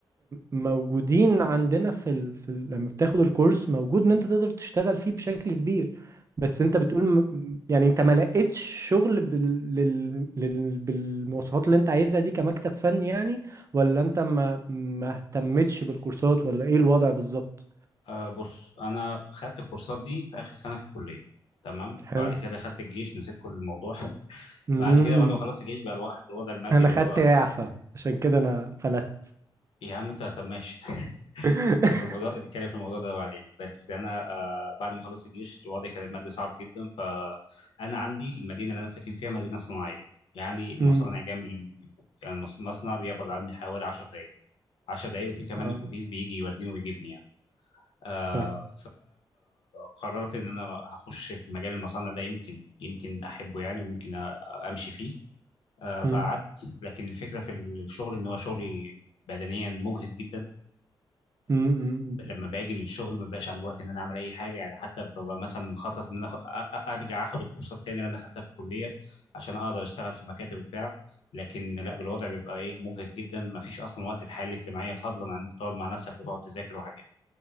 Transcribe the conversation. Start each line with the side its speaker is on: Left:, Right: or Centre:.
Right: موجودين عندنا في ال... في ال... لما بتاخد الكورس موجود ان انت تقدر تشتغل فيه بشكل كبير بس انت بتقول م- يعني انت ما لقيتش شغل بال... لل... لل... بالمواصفات اللي انت عايزها دي كمكتب فني يعني ولا انت ما ما اهتمتش بالكورسات ولا ايه الوضع بالظبط
Left: آه بص انا خدت الكورسات دي في اخر سنه في الكليه تمام
Right: حلو
Left: بعد كده دخلت الجيش نسيت كل الموضوع <laughs>
Right: امم
Left: بعد كده بعد ما خلصت الجيش بقى الوضع الوضع المادي
Right: انا
Left: اللي
Right: خدت
Left: هو بقى
Right: اعفاء عشان كده انا فلت
Left: يا عم انت طب ماشي <laughs>
Right: <laughs>
Left: نتكلم في الموضوع نتكلم في الموضوع ده بعدين بس انا آه بعد ما خلصت الجيش الوضع كان المادي صعب جدا فانا عندي المدينه اللي انا ساكن فيها مدينه صناعيه يعني المصانع
Right: امم
Left: جنب البيوت يعني المص- المصنع بيبعد عني حوالي 10 دقائق 10 دقايق وفي كمان
Right: اه
Left: اتوبيس بيجي يوديني ويجيبني يعني آه
Right: فاهم
Left: فقررت ان انا هخش في مجال المصانع ده يمكن يمكن احبه يعني ويمكن أ- امشي فيه آه فقعدت
Right: امم
Left: لكن الفكره في الشغل ان هو شغلي بدنيا مجهد جدا
Right: امم أمم.
Left: لما باجي من الشغل ما بقاش عندي وقت ان انا اعمل اي حاجه يعني حتى ببقى مثلا مخطط ان انا آخ- أ- أ- ارجع اخد الكورسات تاني اللي انا خدتها في الكليه عشان اقدر اشتغل في مكاتب وبتاع لكن لا بالوضع بيبقى ايه مجهد جدا ما فيش اصلا وقت الحياه الاجتماعيه فضلا عن انت تقعد مع نفسك وتقعد تذاكر وحاجات